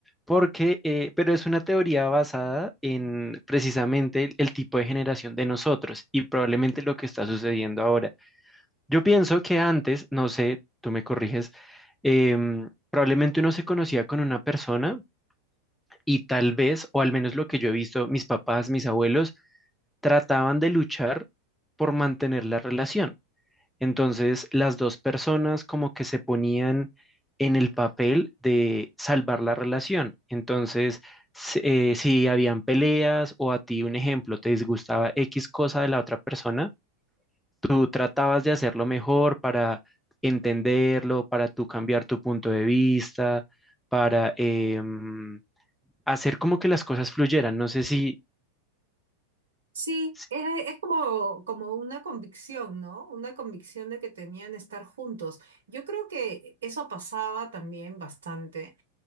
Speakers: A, in the centre; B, on the right.
A: porque, eh, pero es una teoría basada en precisamente el, el tipo de generación de nosotros y probablemente lo que está sucediendo ahora. Yo pienso que antes, no sé, tú me corriges, em, probablemente uno se conocía con una persona y tal vez, o al menos lo que yo he visto, mis papás, mis abuelos trataban de luchar por mantener la relación. Entonces, las dos personas como que se ponían en el papel de salvar la relación. Entonces, s- eh, si habían peleas o a ti, un ejemplo, te disgustaba X cosa de la otra persona, tú tratabas de hacerlo mejor para entenderlo, para tú cambiar tu punto de vista, para em, hacer como que las cosas fluyeran. No sé si,
B: Sí,
A: si-
B: es, es como, como una convicción, ¿no? Una convicción de que tenían estar juntos. Yo creo que eso pasaba también bastante